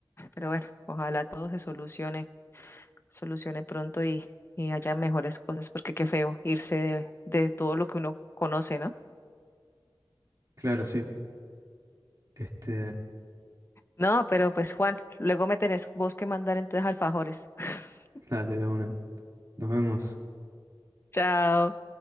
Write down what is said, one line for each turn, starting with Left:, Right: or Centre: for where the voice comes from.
Left: Pero bueno, ojalá todo se solucione, solucione pronto y, y haya mejores cosas, porque qué feo irse de, de todo lo que uno conoce, ¿no?
Right: Claro, sí. Este,
Left: No, pero pues Juan, luego me tenés vos que mandar entonces alfajores. <laughs>
Right: Dale, de una. Nos vemos.
Left: Chao.